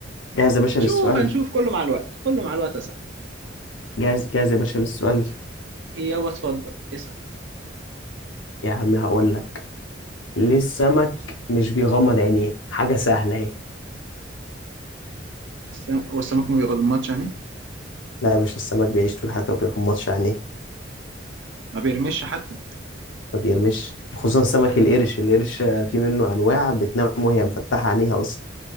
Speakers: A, on the left (about 85°); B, on the right (about 75°).
A: جاهز يا باشا
B: نشوف
A: للسؤال
B: هنشوف كله مع الوقت كله مع الوقت يا صاحبي
A: جاهز جاهز يا باشا للسؤال
B: إيه يابا اتفضل اسلم
A: يا عم هقول لك ليه السمك مش بيغمض عينيه حاجة سهلة اهي
B: السم- هو السمك ما بيغمضش يعني
A: لا يا باشا السمك بيعيش طول حياته ما بيغمضش عينيه
B: ما بيرمش حتى
A: ما بيرمش خصوصا سمك القرش القرش آه، في منه انواع بتنام وهي مفتحة عينيها اصلا